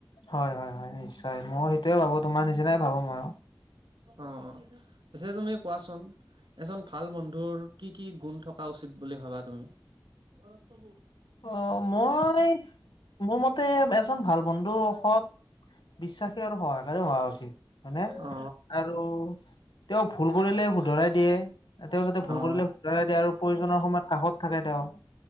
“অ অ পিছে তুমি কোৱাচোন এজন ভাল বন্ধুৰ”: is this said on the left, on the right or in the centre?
Right